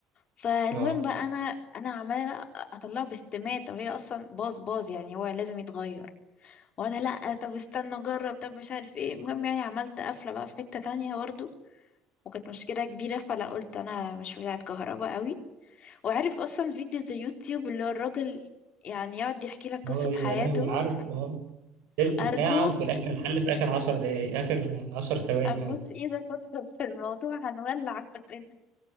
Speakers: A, on the left; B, on the right.
A: فالمهم
B: اه
A: بقى انا انا عماله اطلعه باستماته وهي اصلا باظ باظ يعني هو لازم يتغير وانا لا طب استنى اجرب طب مش عارف ايه المهم يعني عملت قفله بقى في حته تانية برضو وكانت مشكله كبيره فلا قلت انا مش بتاعه كهرباء قوي وعارف اصلا فيديو زي يوتيوب اللي هو الراجل يعني يقعد يحكي لك قصة
B: اه يا
A: حياته
B: لهوي عارف اه تلت
A: ارجوك
B: ساعة وفي الآخر الحل في آخر عشر دقايق آخر عشر ثواني
A: ابوس
B: قصدي
A: ايدك ادخل في الموضوع هنولع كلنا